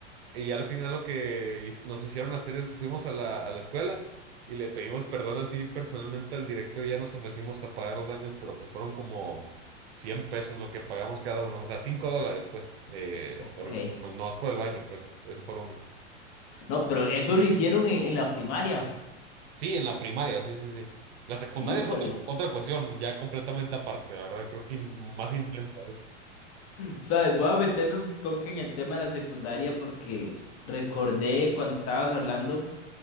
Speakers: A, on the right (about 60°); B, on the left (about 40°).
A: Y al final lo que his- nos hicieron hacer es, fuimos a la, a la escuela y le pedimos perdón así personalmente al director, ya nos ofrecimos a pagar los daños, pero pues fueron como 100 pesos lo que pagamos cada uno, o sea, 5 dólares pues, eh,
B: Ok.
A: por, no, no más por el baño, pues eso fue lo único.
B: No, pero eso lo hicieron en, en la primaria.
A: Sí, en la primaria, sí, sí, sí. La secundaria
B: Híjole.
A: es otra, otra cuestión ya completamente aparte, la verdad, creo que in- más intensa, ¿eh?
B: ¿Sabes? Voy a meterme un toque en el tema de la secundaria porque recordé cuando estabas hablando.